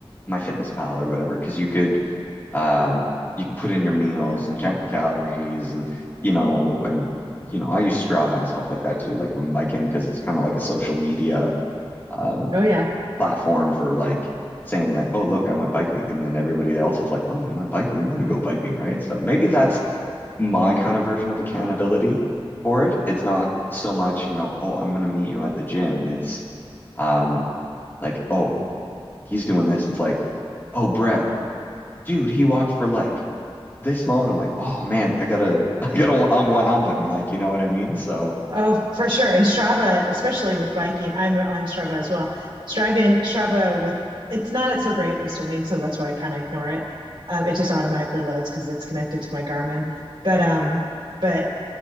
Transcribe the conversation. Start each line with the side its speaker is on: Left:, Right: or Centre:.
Left: My Fitness Pal or whatever, because you could Um, you can put in your meals and count your calories and you know and you know I use Strava and stuff like that too. Like if I'm biking because it's kind of like a social media um,
Right: Oh yeah.
Left: platform for like saying like, oh look, I went biking, and then everybody else is like, oh, you went biking, I'm gonna go biking, right? So maybe that's my kind of version of accountability for it. It's not so much, you know, oh, I'm gonna meet you at the gym. It's um like, oh, he's doing this. It's like, oh, Brett, dude, he walked for like this long. I'm like, oh man, I gotta, <laughs> I gotta, I'm one up him. Like, you know what I mean? So
Right: Oh, for sure. And Strava, especially with biking, I'm on Strava as well. Striving Strava with it's not so great with swimming, so that's why I kind of ignore it. Um, it just automatically loads because it's connected to my Garmin. But um, but